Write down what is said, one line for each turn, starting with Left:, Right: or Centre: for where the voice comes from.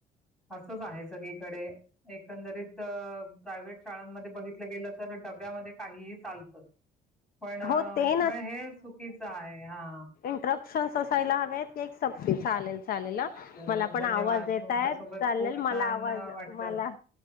Centre: असंच आहे सगळीकडे. एकंदरीत प्रायवेट शाळांमध्ये बघितलं गेलं तर डब्यामध्ये काहीही चालत. पण
Left: हो ते
Centre: म हे चुकीचं आहे हा.
Left: इन्स्ट्रक्शन असायला हवेत की एक सक्ती चालेल, चालेल हा.
Centre: बरोबर
Left: मला पण
Centre: धन्यवाद.
Left: आवाज देतायेत
Centre: तुमच्यासोबत
Left: चालेल
Centre: खूप छान
Left: मला आवाज
Centre: अ, वाटलं.
Left: मला